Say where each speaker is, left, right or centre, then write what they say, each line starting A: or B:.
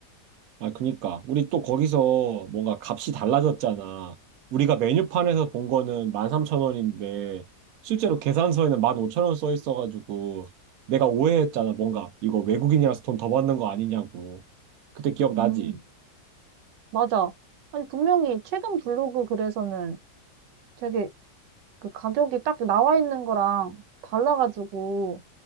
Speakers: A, on the right (about 65°); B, on the right (about 85°).
A: 아, 그니까. 우리 또 거기서 뭔가 값이 달라졌잖아. 우리가 메뉴판에서 본 거는 13,000원인데, 실제로 계산서에는 15,000원 써 있어가지고, 내가 오해했잖아. 뭔가, 이거 외국인이라서 돈 더 받는 거 아니냐고. 그때 기억나지?
B: 음, 맞아. 아니, 분명히 최근 블로그 글에서는 되게 그 가격이 딱 나와 있는 거랑 달라가지고